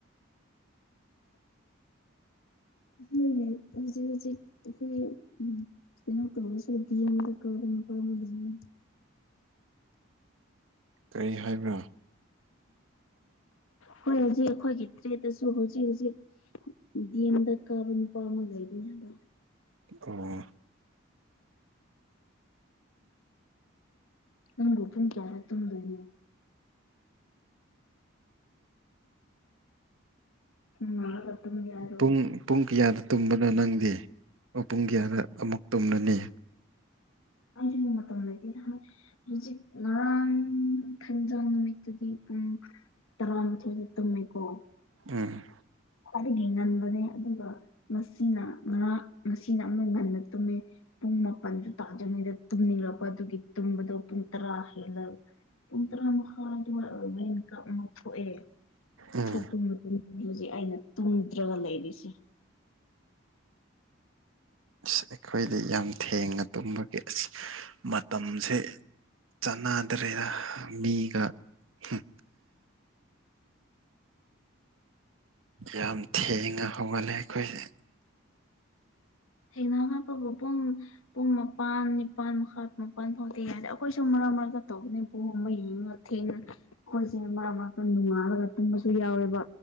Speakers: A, on the left; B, on the right.
A: ꯍꯣꯏꯅꯦꯏ ꯍꯧꯖꯤꯛ ꯍꯧꯖꯤꯛ ꯍꯣꯏ ꯎ ꯀꯩꯅꯣ ꯇꯧꯕꯁꯨ ꯗꯤꯑꯦꯝ ꯗ ꯀꯔꯝꯕ ꯑꯃꯥ ꯂꯩꯕꯅꯤ
B: ꯀꯔꯤ ꯍꯥꯏꯕ꯭ꯔꯥ <inaudible>
A: ꯍꯣꯏ ꯍꯧꯖꯤꯛ ꯑꯩꯈꯣꯏꯒꯤ ꯇ꯭ꯔꯦꯠꯇꯁꯨ ꯍꯧꯖꯤꯛ ꯍꯧꯖꯤꯛ ꯗꯤ ꯑꯦꯝꯗ ꯀꯥꯕ ꯅꯨꯄꯥ ꯑꯃ ꯂꯩꯕꯅꯦ ꯍꯥꯏꯕꯣ
B: ꯑꯣ
A: ꯅꯪ ꯔꯣꯄꯟ ꯀꯌꯥꯔ ꯇꯝꯗꯣꯏꯩꯅꯣ ꯎꯝꯒ ꯇꯝ ꯌꯥ ꯍꯥꯏꯔꯣ
B: ꯄꯨꯡ ꯄꯨꯡ ꯀꯌꯥꯗ ꯇꯨꯝꯕꯅꯣ ꯅꯪꯗꯤ ꯄꯨꯡ ꯀꯌꯥꯗ ꯑꯃꯨꯛ ꯇꯨꯝꯂꯅꯤ
A: ꯑ ꯃꯛꯇ ꯃꯥꯏꯇ ꯍꯧꯖꯤꯛ ꯉꯔꯥꯡ ꯊꯦꯟꯖꯥ ꯅꯨꯃꯤꯠꯇꯨꯒꯤ ꯄꯨꯡ ꯇꯔꯥꯡꯝ ꯆ ꯇꯃꯦꯀꯣ
B: ꯎꯝ
A: ꯈ꯭ꯋꯥꯏꯗꯒꯤ ꯉꯟꯕꯅꯦ ꯑꯗꯨꯒ ꯉꯁꯤꯅ ꯉꯔꯥꯛ ꯉꯁꯤꯅ ꯑꯃꯨꯛ ꯉꯟꯅ ꯇꯨꯝꯃꯦ ꯄꯨꯡ ꯃꯥꯄꯜꯁꯨ ꯇꯥꯗꯔꯤꯉꯩꯗ ꯇꯨꯝꯅꯤꯡꯔꯛꯄ ꯑꯗꯨꯒꯤ ꯇꯨꯝꯕꯗꯣ ꯄꯨꯡ ꯇꯔꯥ ꯍꯦꯜꯂꯒ ꯄꯨꯡ ꯇꯔꯥ ꯃꯥꯈꯥꯗ ꯑꯗꯨꯃꯥꯏ ꯑꯣꯏꯔꯃ ꯃꯤꯀꯄ ꯑꯃꯨꯛ ꯊꯣꯛꯑꯦ
B: ꯎꯝ
A: ꯊꯣꯛꯄ ꯃ ꯍꯧꯖꯤꯛ ꯑꯩꯅ ꯇꯨꯝꯗ꯭ꯔꯒ ꯂꯩꯔꯤꯁꯦ
B: ꯑꯁ ꯑꯩꯈꯣꯏꯗꯤ ꯌꯥꯝ ꯊꯦꯡꯅ ꯇꯨꯝꯕꯒꯤ ꯑꯁ ꯃꯇꯝꯁꯦ ꯆꯥꯟꯅꯗ꯭ꯔꯦꯅ ꯃꯤꯒ ꯎꯝ ꯌꯥꯝ ꯊꯦꯡꯅ ꯍꯧꯒꯠꯂꯦ ꯑꯩꯈꯣꯏꯁꯦ
A: ꯊꯦꯡꯅꯅꯕꯄꯕꯨ ꯄꯨꯡ ꯄꯨꯡ ꯃꯥꯄꯥꯟ ꯅꯤꯄꯥꯜ ꯃꯈꯥ ꯃꯥꯄꯜ ꯐꯥꯎꯗꯤ ꯌꯥꯔꯦ ꯑꯩꯈꯣꯏꯁꯨ ꯃꯔꯛ ꯃꯔꯥꯏꯀ ꯇꯧꯕꯅꯤ ꯃꯩ ꯊꯦꯡꯅ ꯑꯩꯈꯣꯏꯁꯦ ꯃꯔꯛ ꯃꯔꯛ ꯅꯣꯉꯥꯜꯂꯒ ꯇꯨꯝꯕꯁꯨ ꯌꯥꯎꯌꯦꯕ